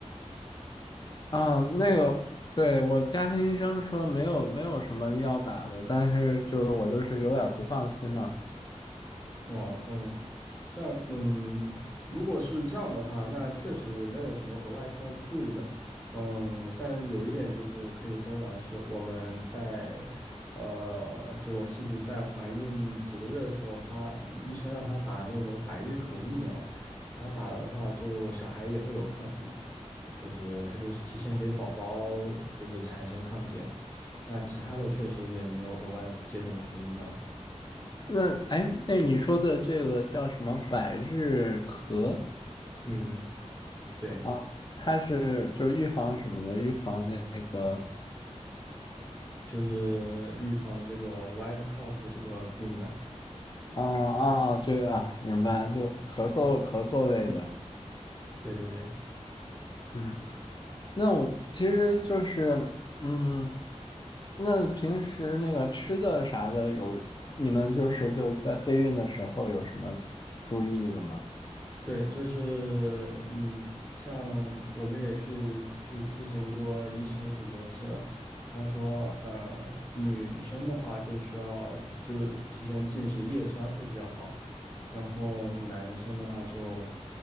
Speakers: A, on the left; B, on the left.
A: 啊，那个，对，我家庭医生说没有没有什么要打的，但是就是我就是有点不放心嘛。
B: 哦，嗯。这样，嗯，如果是这样的话，那确实没有什么额外需要注意的。嗯，但有一点就是可以分享的是，我们在呃，就我妻子在怀孕几个月的时候，她医生让她打那种百日咳疫苗，她打了的话，就小孩也会有抗体，就是她就提前给宝宝就是产生抗体了那其他的确实也没有额外接种什么疫苗。
A: 那哎，那你说的这个叫什么百日咳
B: 嗯，对。
A: 啊？它是就是预防什么的？预防那那个
B: 就是预防这个 white cough 这个病的，
A: 啊啊啊，这个啊，明白，就咳嗽咳嗽类的。
B: 对对对
A: 嗯。那我其实就是，嗯，那平时那个吃的啥的有，你们就是就在备孕的时候有什么注意的吗？
B: 对，就是嗯，像我们也去去咨询过医生挺多次的，他说呃，女生的话就需要就提前进食叶酸会比较好，然后男生的话就，